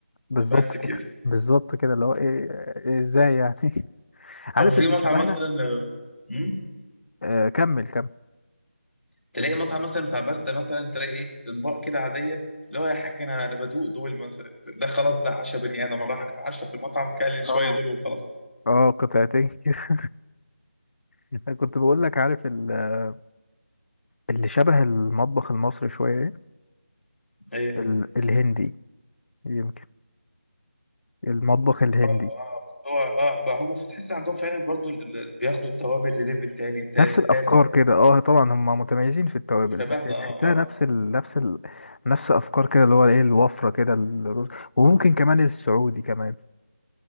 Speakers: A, on the left; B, on the left.
A: بالظبط
B: بس كده
A: كده بالظبط كده اللي هو ايه إيه ازاي يعني <laughs> عارف
B: او في
A: اللي
B: مطعم
A: شبهنا
B: مثلا آه، مم؟
A: آه كمل كمل
B: تلاقي مطعم مثلا بتاع باستا مثلا تلاقي ايه اطباق كده عاديه اللي هو يا حاج انا انا بدوق دول مثلا ده خلاص ده عشا بني ادم راح اتعشى في المطعم كل شويه
A: اه
B: دول وخلاص
A: اه قطعتين كده <laughs> كنت بقول لك عارف ال- اللي شبه المطبخ المصري شويه ايه
B: ايه
A: ال- الهندي يمكن المطبخ الهندي
B: اه آه، بس هو اه بقى هم فتحس عندهم فعلا برضو ال- ال- بياخدوا التوابل لليفل تاني تاسع
A: نفس الافكار
B: تاسع
A: كده اه طبعا هم متميزين في التوابل
B: وشبهنا
A: بس هي تحسها
B: اه
A: نفس
B: اه
A: ال... نفس ال... نفس افكار كده اللي هو ايه الوفره كده الرز وممكن كمان السعودي كمان